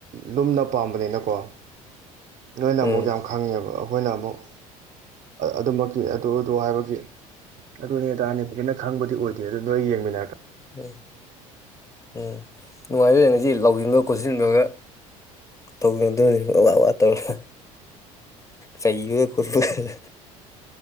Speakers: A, on the right; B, on the left.
A: ꯂꯨꯝꯅ ꯄꯥꯝꯕꯅꯤꯅꯀꯣ ꯅꯣꯏꯅ
B: ꯎꯝ
A: ꯑꯃꯨꯛ ꯌꯥꯝ ꯈꯪꯉꯦꯕ ꯑꯣ ꯑꯩꯈꯣꯏꯅ ꯑꯃꯨꯛ ꯑꯗꯨꯃꯛꯀꯤ ꯑꯗꯨ ꯑꯗꯨ ꯍꯥꯏꯕꯒꯤ ꯑꯗꯨꯅꯤꯇꯥꯔꯅꯤ ꯐꯖꯅ ꯈꯪꯕꯗꯤ ꯑꯣꯏꯗꯦ ꯑꯗꯨ ꯅꯣꯏ ꯌꯦꯡꯃꯤꯟꯅ
B: ꯎꯝ ꯎꯝ ꯅꯨꯡꯉꯥꯏꯖ ꯉꯁꯤ ꯂ ꯂꯧꯁꯤꯟꯕ ꯈꯣꯠꯁꯤꯟꯕꯒ ꯇꯧꯗꯣꯏꯅꯤ ꯑꯋꯥ ꯑ ꯇꯧꯔ ꯁꯩ ꯈꯨꯔꯗ <unintelligible>